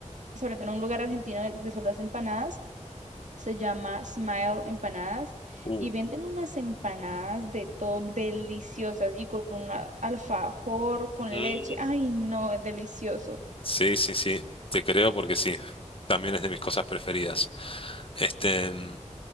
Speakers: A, on the right; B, on the left.
A: sobre todo en un lugar argentino de, de solo las empanadas. Se llama Smile Empanadas
B: Uh.
A: y venden unas empanadas de todo deliciosas y con un alfajor, con
B: mm.
A: leche. Ay, no, es delicioso.
B: Sí, sí, sí, te creo porque sí, también es de mis cosas preferidas. Este, mm,